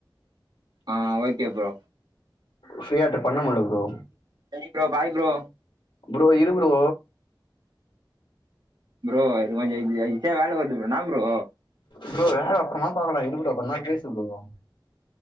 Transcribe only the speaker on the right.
ஆ ஓகே ப்ரோ
சரி ப்ரோ பாய் ப்ரோ
ப்ரோ இது கொஞ்ச ஈ ஈஸியா வேல வருது என்னா ப்ரோ